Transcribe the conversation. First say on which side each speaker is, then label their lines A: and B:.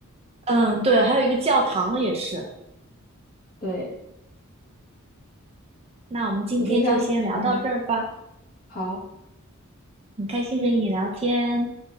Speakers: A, on the right; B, on the left.
A: 嗯，对，还有一个教堂也是。
B: 对，
A: 那我们今天就先聊到这儿吧，
B: 你平常，嗯，好。
A: 很开心和你聊天，